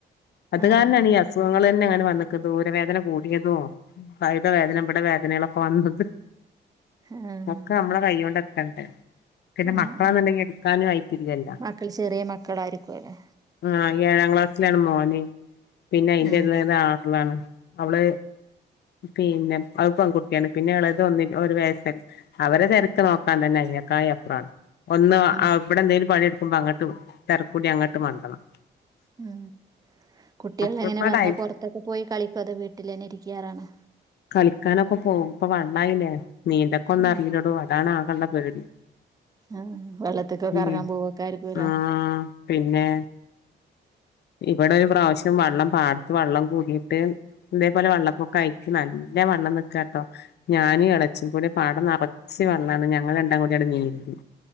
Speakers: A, on the left (about 60°); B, on the right (about 20°).
A: അത്
B: ആഹ്
A: കാരണാണ് ഈ അ അസുഖങ്ങൾ തന്നെ അങ്ങനെ വന്നിക്ക് ഊരവേദന കൂടിയതും കൈടെ വേദന ഇവിടെ വേദനകളൊക്കെ വന്നത്
B: ആഹ്
A: ഒക്കെ നമ്മളെ കയ്യോണ്ട് എത്തണ്ടേ പിന്നെ
B: ആഹ്
A: മക്കളാന്നുണ്ടെങ്കിൽ
B: ആഹ്
A: എടുക്കാനും ആയിട്ടില്ലല്ലോ
B: മക്കള് ചെറിയ മക്കളായിരിക്കുവല്ലേ
A: ആഹ് ഏഴാം ക്ലാസ്സിലാണ് മോന് പിന്നെ അയിന്റെ
B: ആഹ്
A: എളേത് ആറിലാണ് അവള് പിന്നെ അത് പെൺകുട്ടിയാണ് പിന്നെ എളയത് ഒന്നി ഒരു വയസായി അവരെ തിരക്ക് നോക്കാൻ തന്നെ അതിനേക്കായ അപ്പുറാണ് ഒന്ന്
B: ആണ്
A: ഇവിടെ എന്തെങ്കിലും പണി എടുക്കുമ്പോ അങ്ങട്ടും തിരക്കൂടി അങ്ങട്ട് മണ്ടണം
B: ഉം കുട്ടികൾ
A: ഒക്കെപ്പാടായിട്ട്
B: ഇങ്ങനെ വന്നാ പുറത്തൊക്കെ പോയി കളിക്കുവോ അതെ വീട്ടിൽ തന്നെ ഇരിക്കാറാണ്
A: കളിക്കാനൊക്കെ പോവും ഇപ്പൊ വെള്ളായില്ലേ നീന്തൊക്കെ ഒന്നും
B: ഉം
A: അറിയില്ലടൊ അതാണ് ആകെയുള്ള പേടി
B: ആഹ് വെള്ളത്തിലൊക്കൊക്കെ
A: ഉം
B: ഇറങ്ങാൻ പോവൊക്ക ആരിക്കുല്ലേ
A: ആഹ് പിന്നെ ഇവിടെ ഒരു പ്രാവശ്യം വെള്ളം പാടത്ത് വെള്ളം കൂടിയിട്ട് ഇതേപോലെ വെള്ളപ്പൊക്കെകയിക്ക് നല്ല വെള്ളം നിക്കട്ടോ ഞാനും ഇളച്ചി കൂടെ പാടം നിറച്ച വെള്ളാണ് ഞങ്ങൾ രണ്ടാം കൂടിയാണ് നീ-